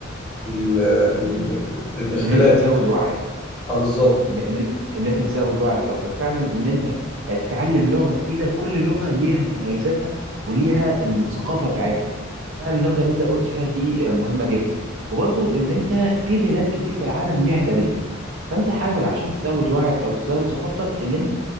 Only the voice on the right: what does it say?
ان انت تزود وعيك
ان ان ان انت تزود وعيك اكتر فعلا ان انت آه، تتعلم لغه جديده كل لغه ليها مميزاتها وليها الثقافه بتاعتها ففعلا النقطه اللي انت قلت فيها دي آه، مهمه جدا وبرضو ان انت في بلاد كتير في العالم ليها تاريخ فانت حاول عشان تزود وعيك او تزود ثقافتك ان انت